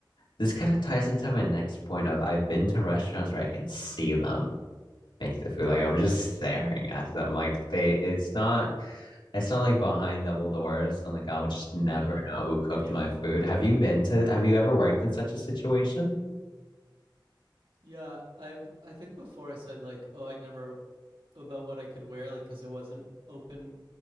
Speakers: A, on the left; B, on the right.
A: This kind of ties into my next point of I've been to restaurants where I can see them make the food. Like I'm just <laughs> staring at them. Like they it's not it's not like behind double doors. I'm like I would just never
B: Mm,
A: know who cooked
B: yeah,
A: my food. Have you been to have you ever worked in such a situation?
B: yeah. I I think before I said like, oh, I'd never about what I could wear, like, because it wasn't open